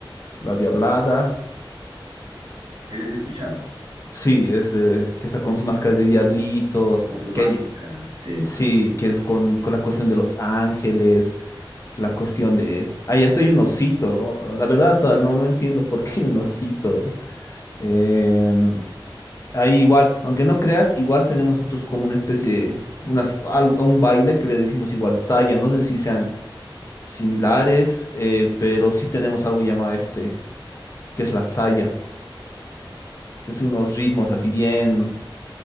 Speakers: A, on the left; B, on the right.
A: la diablada.
B: Es escuchado,
A: Sí, es de- que está con su máscara de diablitos,
B: con sus
A: que
B: máscaras
A: hay,
B: sí,
A: sí, que es con, con la cuestión de los ángeles, la cuestión de... Ahí hasta hay un osito, ¿no? La verdad hasta ahora no, no entiendo por qué hay un osito. eh. Em, ahí igual, aunque no creas, igual tenemos nosotros como una especie de unas, algo- un baile que le decimos igual saya. No sé si sean similares, eh, pero sí tenemos algo llamado este, que es la saya, que son unos ritmos así bien,